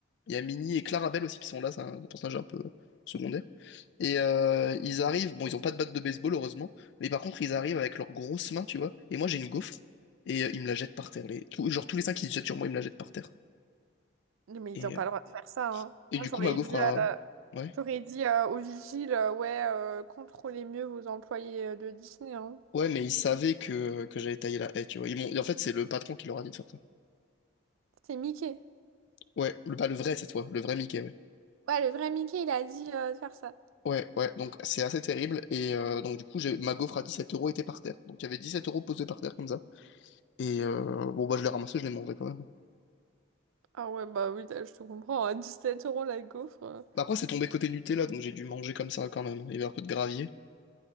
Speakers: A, on the left; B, on the right.
A: Il y a Minnie et Clarabelle aussi qui sont là, c'est un personnage un peu secondaire. Et euh, ils arrivent, bon, ils ont pas de batte de baseball, heureusement, mais par contre, ils arrivent avec leurs grosses mains, tu vois. Et moi, j'ai une gaufre, et euh, ils me la jettent par terre. Les... tout- genre, tous les cinq qui se jettent sur moi, ils me la jettent par terre.
B: Non, Mais
A: Et,
B: ils ont pas
A: euh,
B: le droit de faire ça hein.
A: et
B: Moi
A: du
B: j'aurais
A: coup, ma gaufre
B: dit
A: a.
B: à la-
A: Ouais.
B: J'aurais dit euh, au vigile, euh, ouais, euh, contrôlez mieux vos employés euh, de Disney, hein.
A: Ouais, mais ils savaient que, que j'avais taillé la haie, tu vois. Ils m'ont- et en fait, c'est le patron qui leur a dit de faire ça.
B: C'est Mickey.
A: Ouais, le, pas le vrai cette fois, le vrai Mickey, ouais.
B: Ouais, le vrai Mickey, il a dit euh, de faire ça.
A: Ouais, ouais, donc c'est assez terrible. Et euh, donc, du coup, j'ai ma gaufre à 17 euros était par terre. Donc, il y avait 17 euros posés par terre comme ça. Et euh, bon, bah, je l'ai ramassé, je l'ai mangé quand même.
B: Ah ouais, bah oui, t'as- je te comprends, à 17 euros la gaufre. euh.
A: Bah, Après, c'est tombé côté Nutella, donc j'ai dû manger comme ça quand même. Il y avait un peu de gravier.